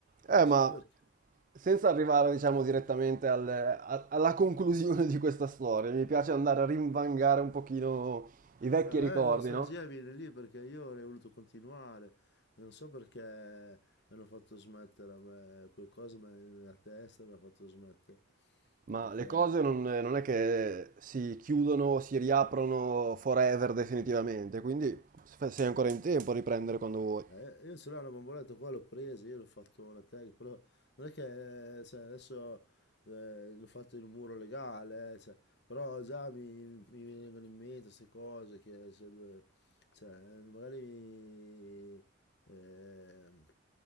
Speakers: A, on the right; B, on the left.
A: Eh,
B: Non so
A: ma
B: <laughs>
A: senza arrivare, diciamo, direttamente al- a- alla conclusione di questa storia, mi piace andare a rinvangare un pochino i vecchi
B: Eh,
A: ricordi,
B: la nostalgia
A: no?
B: viene lì perché io avrei voluto continuare, non so perché mi hanno fatto smettere, a me, qualcosa me- nella testa mi ha fatto smettere,
A: Ma
B: perché
A: le cose non, non è che si chiudono o si riaprono forever definitivamente, quindi se- sei ancora in tempo a riprendere quando vuoi.
B: Eh, io ce l'ho una bomboletta qua, l'ho presa, io l'ho fatto una tag, però non è che eh, cioè, adesso eh, l'ho fatto in un muro legale, eh, cioè, però già mi, mi vengono in mente queste cose che cioè, dove- cioè, magari mi- ehm,